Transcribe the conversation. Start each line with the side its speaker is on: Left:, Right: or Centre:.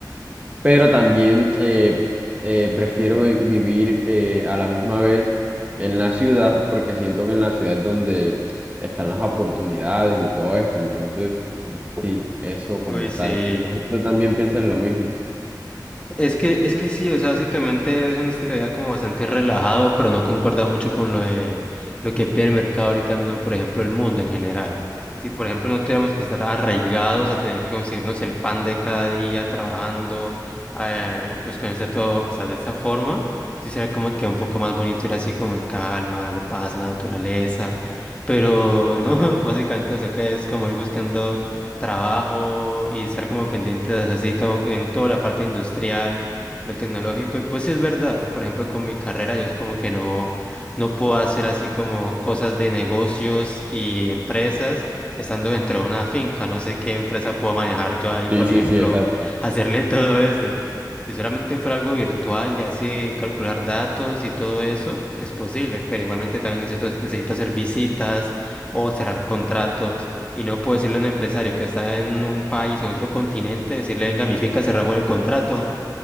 Right: pero también eh, eh, prefiero vi- vivir eh, a la misma vez en la ciudad, porque siento que en la ciudad es donde están las oportunidades y todo esto, entonces sí, eso como
Left: Uy, sí.
Right: tal. ¿Tú también piensas lo mismo?
Left: Es que, es que sí, o sea, básicamente es un estilo de vida como bastante relajado, pero no concuerda mucho con lo de lo que pide el mercado ahorita mismo, por ejemplo, el mundo en general. Si, por ejemplo, no tuviéramos que estar arraigados a tener que conseguirnos el pan de cada día trabajando, eh, y pues con este todo, o sea, de esta forma, sí sería como que un poco más bonito ir así como en calma, lo paz, la naturaleza, pero no, <laughs> básicamente eso que es como ir buscando trabajo y estar como pendientes así to- en toda la parte industrial, lo tecnológico. Y pues sí es verdad, por ejemplo, con mi carrera yo es como que no, no puedo hacer así como cosas de negocios y empresas estando dentro de una finca. No sé qué empresa puedo manejar yo ahí,
Right: Sí,
Left: por
Right: sí,
Left: ejemplo,
Right: sí, exacto.
Left: <laughs> hacerle todo eso. Si solamente fuera algo virtual y así calcular datos y todo eso, es posible, pero igualmente también necesito, necesito hacer visitas o cerrar contratos. Y no puedo decirle a un empresario que está en un país o en otro continente, decirle, venga, mi finca, cerramos el contrato. <laughs>